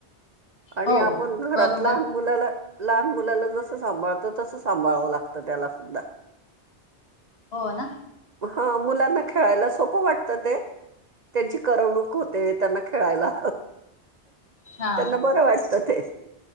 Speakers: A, on the right; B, on the left.
A: आणि
B: हो
A: आपण घरात
B: बरोबर
A: लहान मुलाला लहान मुलाला जसं सांभाळतं तसं सांभाळवं लागतं त्याला सुद्धा
B: हो ना
A: हो मुलांना खेळायला सोपं वाटतं ते त्यांची करवणूक होते त्यांना खेळायला
B: हा
A: त्यांना बर वाटत ते